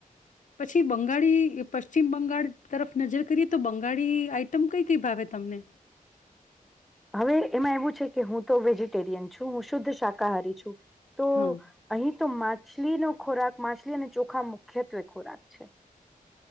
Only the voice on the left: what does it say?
પછી બંગાળી પશ્ચિમ બંગાળ તરફ નજર કરીએ તો બંગાળી આઈટમ કઈ કઈ ભાવે તમને?
હા,